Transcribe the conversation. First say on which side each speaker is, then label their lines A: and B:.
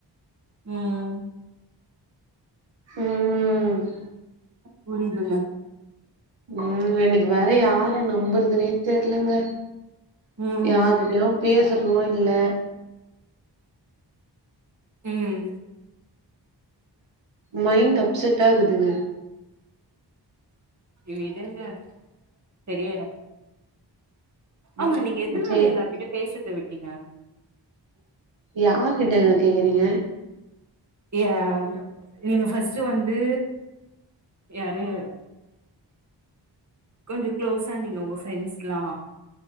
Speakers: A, on the right; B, on the right.
A: உம்
B: உம்ம்
A: புரிதுல்ல
B: உம் என்னுக்கு வேற யார நம்புற்துனே தெர்லங்க
A: ம்
B: யாரு ப்யு பேசுறும் இல்ல
A: உம்
B: மைண்ட் அப்செட் ஆகுதுங்க
A: விடுங்க சரியாய்டு ஆமா
B: ம்
A: நீங்க எதுனால
B: சேரி
A: எல்லார்கிட்டயு பேசர்த விட்டீங்க
B: யார் கிட்டங்க கேக்குறீங்க
A: ய்ய நீங்க ஃபர்ஸ்டு வந்து யாருஅ கொஞ்சோ க்ளோஸா நீங்க உங்க ஃப்ரெண்ட்ஸ் லா